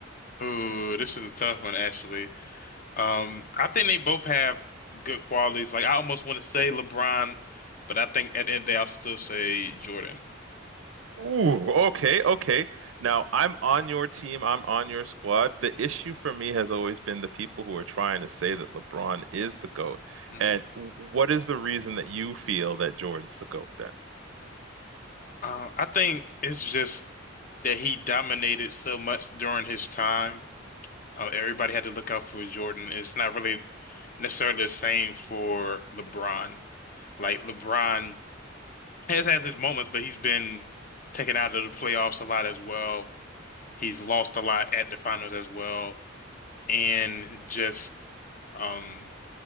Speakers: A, on the left; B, on the right.
A: Ooh, this is a tough one, actually. Um, I think they both have good qualities. Like I almost want to say LeBron, but I think at the end of the day, I'll still say Jordan.
B: Ooh, okay, okay. Now, I'm on your team. I'm on your squad. The issue for me has always been the people who are trying to say that LeBron is the GOAT.
A: Mhm.
B: And what is the reason that you feel that Jordan's the GOAT
A: Uh, I think it's just that he dominated so much during his time. Uh, everybody had to look out for Jordan. It's not really necessarily the same for LeBron. Like LeBron has has his moments, but he's been taken out of the playoffs a lot as well. He's lost a lot at the finals as well, and just um,